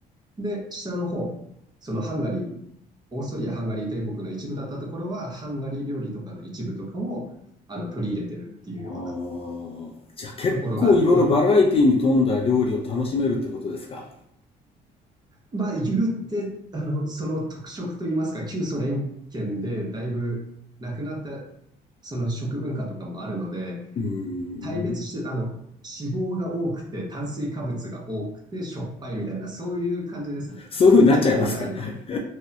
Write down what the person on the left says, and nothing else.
あーじゃあ結構いろいろバラエティに富んだ料理を楽しめるってことですか
うー
ん。
そういうふうになっちゃいますか
<laughs>